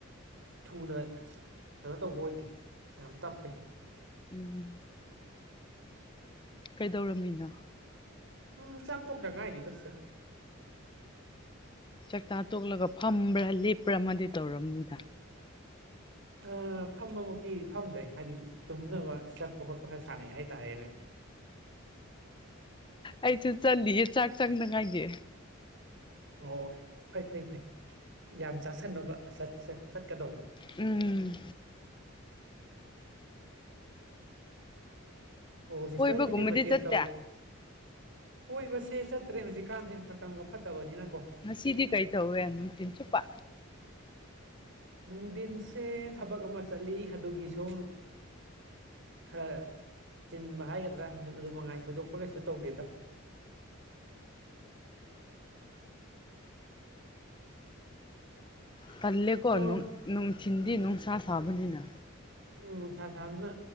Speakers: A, on the right; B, on the left.
A: ꯊꯨꯅ ꯀꯩꯅꯣ ꯇꯧꯕ ꯑꯣꯏꯗꯦ ꯌꯥꯝ ꯇꯞꯄꯦ
B: ꯎꯝ ꯀꯩꯗꯧꯔꯝꯃꯤꯅꯣ
A: ꯎꯝ ꯆꯥꯡ ꯇꯨꯗꯪ ꯉ ꯍꯥꯏꯗꯤ ꯇꯁ
B: ꯆꯥꯛꯇꯥ ꯇꯣꯛꯂꯒ ꯐꯝꯕ꯭ꯔꯥ ꯂꯦꯞꯄ꯭ꯔꯥ ꯑꯃꯗꯤ ꯇꯧꯝꯅꯤꯗ
A: ꯑ ꯐꯝꯃꯨꯛꯇꯤ ꯐꯝꯗ꯭ꯔꯦ ꯍꯥꯏꯗꯤ ꯇꯨꯝꯅꯕ ꯆꯠꯄ ꯈꯣꯠꯄ ꯈꯔ ꯁꯥꯟꯅꯩ ꯍꯥꯏꯇꯥꯔꯦꯅꯦ
B: ꯑꯩꯁꯨ ꯆꯠꯂꯤꯌꯦ ꯆꯥꯛ ꯆꯪꯅꯉꯥꯏꯒꯤ
A: ꯑꯣ ꯐꯩ ꯐꯩ ꯐꯩ ꯌꯥꯝ ꯆꯥꯁꯟꯅꯕ ꯆꯠꯀꯗꯧꯕ
B: ꯎꯝ
A: ꯑꯣ ꯁꯤꯁꯇꯔꯕꯨꯗꯤ
B: ꯀꯣꯏꯕꯒꯨꯝꯕꯗꯤ
A: ꯀꯩ ꯃꯊꯦꯜ
B: ꯆꯠꯇꯦ
A: ꯇꯧ ꯀꯣꯏꯕꯁꯦ ꯆꯠꯇ꯭ꯔꯦ ꯍꯧꯖꯤꯛꯀꯥꯟꯁꯦ ꯃꯇꯝꯒ ꯐꯠꯇꯕꯅꯤꯅ
B: ꯁꯤꯤꯗꯤꯤ ꯀꯩ ꯊꯧ ꯌꯥꯝꯆꯤꯟ ꯆꯨꯞꯄ
A: ꯅꯨꯡꯊꯤꯟꯁꯦ ꯊꯕꯛ ꯑꯃ ꯆꯠꯂꯤ ꯑꯗꯨꯒꯤ ꯁꯨꯝ ꯈꯔ ꯆꯤꯟꯕ ꯍꯥꯏꯒꯗ꯭ꯔꯥ ꯑꯗꯨ ꯃꯉꯥꯏ ꯊꯣꯏꯗꯣꯛꯄ ꯀꯩꯁꯨ ꯇꯧꯗꯦꯗ
B: ꯇꯜꯂꯦꯀꯣꯅꯨꯡ
A: ꯑꯣ
B: ꯊꯤꯟꯗꯤ ꯅꯨꯡ ꯁꯥ ꯊꯥꯕꯅꯤꯅ ꯍ
A: ꯎꯝ ꯁꯥ ꯁꯥꯁꯤꯅ